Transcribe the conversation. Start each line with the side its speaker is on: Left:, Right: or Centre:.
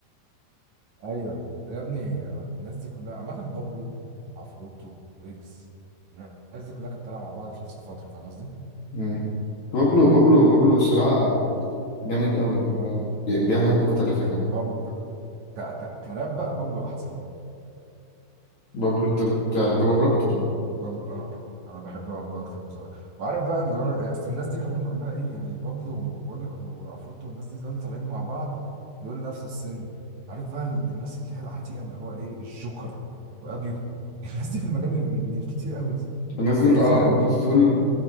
Right: ايوه يا ابني الناس دي كلها عامة بابلو عفروتو ويجز الناس دي كلها كانت طالعة مع بعض في نفس الفترة فاهم قصدي؟
Left: مم. بابلو بابلو بابلو صراحة جامد قوي يعني هو بي- بيعمل حاجات مختلفة كمان
Right: بابلو ك... ك... كراب بقى بابلو أحسن
Left: بابلو أنت بتحب بابلو
Right: مم، بابلو
Left: أكتر؟
Right: بابلو انا انا بحب بابلو اكتر بصراحه وعارف بقى اللي هو اصل الناس دي كمان كلها ايه يعني بابلو وبقول لك وعفروتو والناس دي دول طالعين مع بعض دول نفس السن عارف بقى ال- الناس اللي هي العتيقه اللي هو ايه الجوكر وابيو <laughs> الناس دي في المجال من, من كتير قوي
Left: الناس دول
Right: من كتير
Left: اه الناس
Right: قوي
Left: دول